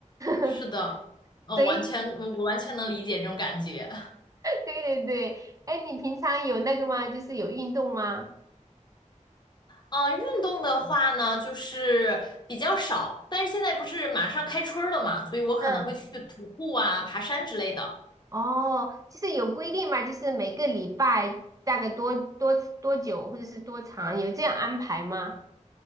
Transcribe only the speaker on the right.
<laughs>
所以，
对对对，哎，你平常有那个吗？就是有运动吗？
嗯。
哦，就是有规定嘛，就是每个礼拜大概多多多久或者是多长，有这样安排吗？